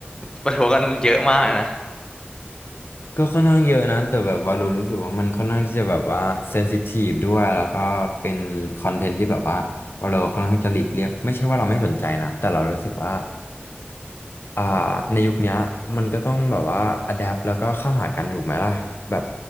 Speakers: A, on the left; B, on the left.
A: ประท้วงกันเยอะมากเลยนะ
B: ก็ค่อนข้างเยอะนะ แต่แบบวาโลรู้สึกว่ามันค่อนข้างที่จะแบบว่าเซนซิทีฟด้วย แล้วก็เป็นคอนเทนต์ที่แบบว่าวาโลค่อนข้างจะหลีกเลี่ยงไม่ใช่ว่าเราไม่สนใจนะ แต่เรารู้สึกว่า อ่าในยุคเนี้ยมันก็ต้องแบบว่าอ d แด t แล้วก็เข้าหากันถูกไหมล่ะแบบ